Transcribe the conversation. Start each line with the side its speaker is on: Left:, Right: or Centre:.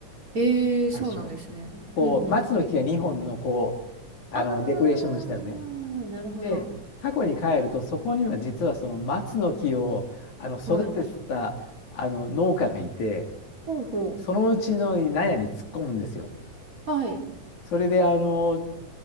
Right: ええ、
Left: 最初。
Right: そうなんですね。
Left: こう、
Right: うんうん。
Left: 松の木が2本の、こう、あの、
Right: ああ、
Left: デコレーションしたよね。
Right: なるほど。
Left: で、過去に帰ると、そこには実はその松の木をあの育ててたあの農家がいて、
Right: はい。ほうほ
Left: そのうちの納屋に突っ込むんですよ。
Right: う。はい。
Left: それで、あの、